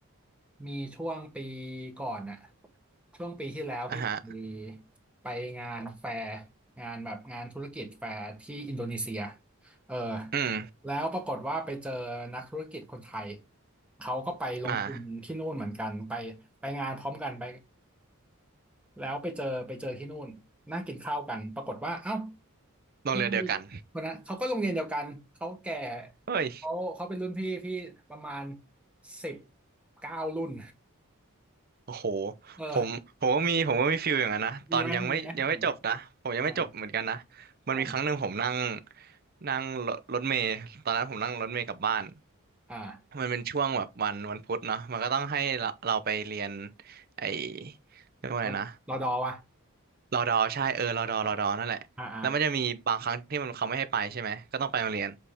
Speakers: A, in the centre; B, on the right.
A: มีช่วงปีก่อนอะช่วงปีที่แล้วพี่ไป
B: อ่ะฮะ
A: ไปงานแฟร์งานแบบงานธุรกิจแฟร์ที่อินโดนีเซียเออ
B: อืม
A: แล้วปรากฏว่าไปเจอนักธุรกิจคนไทยเขาก็ไปลงทุนที่นู่นเหมือนกันไปไปงานพร้อมกันไป
B: อ่า
A: แล้วไปเจอไปเจอที่นู่นนั่งกินข้าวกันปรากฏว่าเอ้า
B: โรงเรียนเดียวกัน
A: พี่ คนนั้นเขาก็โรงเรียนเดียวกันเขาแก่
B: เฮ้ย
A: เขาเขาเป็นรุ่นพี่พี่ประมาณสิบเก้ารุ่น
B: โอ้โห
A: เออ
B: ผมผมก็มีผมก็มีฟิลอย่างนั้นนะตอนยังไม่ยังไม่จบนะผมยังไม่จบเหมือนกันนะ
A: มีไหมมีไหมอย่างนั้นอ่า
B: มันมีครั้งหนึ่งผมนั่ง
A: อ่า
B: นั่งรถรถเมล์ตอนนั้นผมนั่งรถเมล์กลับบ้าน
A: อ่า
B: มันเป็นช่วงแบบวันวันพุธเนาะมันก็ต้องให้เราเราไปเรียนไอเรียกว่าไงนะ
A: รอรอดอวะ
B: รอดอใช่เออรอดอรอดอนั่นแหละแล้วมันจะมีบางครั้งที่มันเขาไม่ให้ไปใช่ไหมก็ต้องไปโรงเรียน
A: อ๋ออ่าอ่า